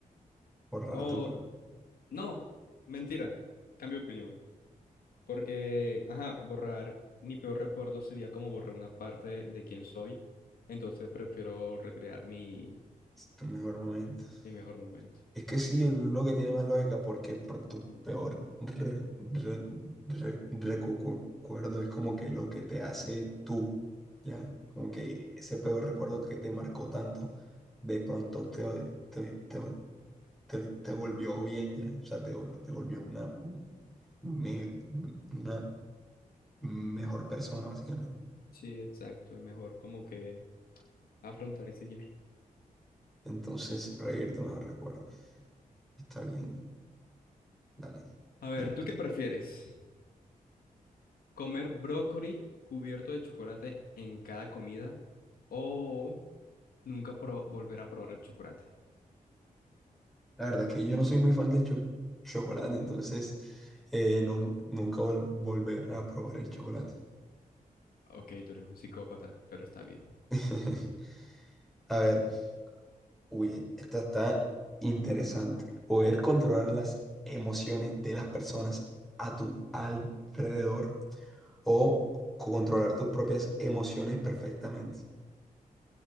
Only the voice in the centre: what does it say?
borrar
tu, pe-
tu mejor momento.
Es que sí, es lo que tiene más lógica, porque por tu peor re- re- re- recu- cu- recuerdo es como que lo que te hace tú, ¿ya? Como que ese peor recuerdo que te marcó tanto, de pronto te, te, te volvió bien ya, o sea, te, vol- te volvió una, me- una mejor persona, básicamente.
Entonces, reírte me recuerdo. Está bien, dale,
dime.
La verdad es que yo no soy muy fan del cho- chocolate, entonces eh, nun- nunca vol- volver a probar el chocolate.
<laughs> A ver, uy, eh, esta está interesante. Poder controlar las emociones de las personas a tu alrededor o controlar tus propias emociones perfectamente.